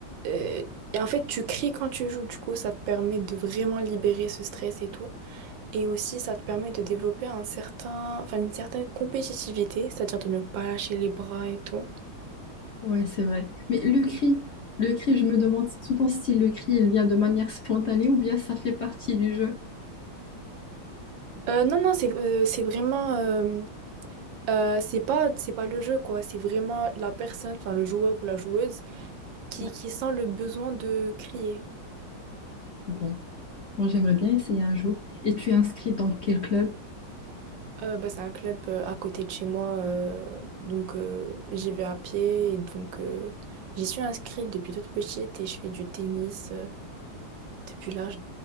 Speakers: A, on the right (about 70°); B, on the left (about 45°).
A: euh, et en fait, tu cries quand tu joues, du coup, ça te permet de vraiment libérer ce stress et tout. Et aussi, ça te permet de développer un certain... enfin, une certaine compétitivité, c'est-à-dire de ne pas lâcher les bras et tout.
B: Ouais, c'est vrai. Mais le cri, le cri, je me demande souvent si le cri, il vient de manière spontanée ou bien ça fait partie du jeu.
A: Euh, non, non, c'est euh, c'est vraiment... euh, euh, c'est pas, c'est pas le jeu, quoi. C'est vraiment la personne, enfin le joueur ou la joueuse, qui,
B: Ouais,
A: qui sent le besoin de crier.
B: bon, moi j'aimerais bien essayer un jour. Et tu es inscrit dans quel club?
A: Euh, bah, c'est un club euh, à côté de chez moi, euh, donc euh, j'y vais à pied. Et donc euh, j'y suis inscrite depuis toute petite et je fais du tennis euh, depuis l'âge...